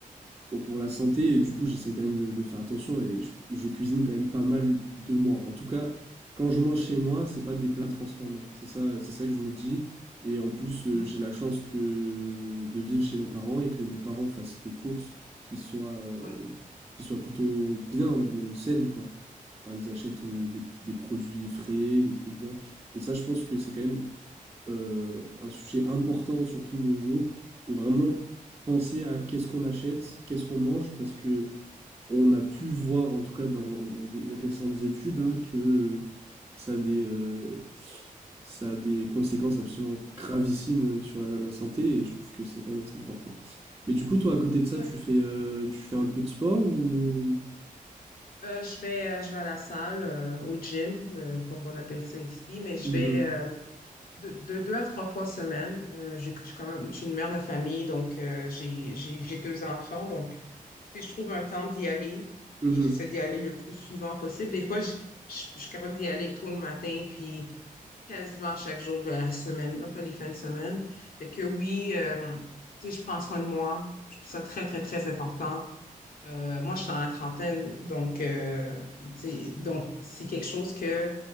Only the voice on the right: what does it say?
pour, pour la santé. Et du coup, j'essaie quand même de, de faire attention et je, je cuisine quand même pas mal de moi. En tout cas, quand je mange chez moi, c'est pas des plats transformés. C'est ça, c'est ça que je me dis. Et en plus,
euh, j'ai la chance que de vivre chez mes parents et que mes parents fassent des courses qui soient, euh,
qui soient plutôt bien, bien saines, quoi. Alors, ils achètent
euh, des, des produits frais, des trucs bien. Et ça, je pense que c'est quand même euh, un sujet important, surtout de nos jours, de vraiment penser à qu'est-ce qu'on achète, qu'est-ce qu'on mange, parce que on a pu voir, en tout cas dans, dans les récentes études, hein, que ça a des, euh, ça a des conséquences absolument gravissimes sur la, la santé, et je trouve que c'est quand même assez important. Mais du coup, toi, à côté de ça,
tu fais, euh, tu fais un peu de sport ou...
Mhm,
mhm,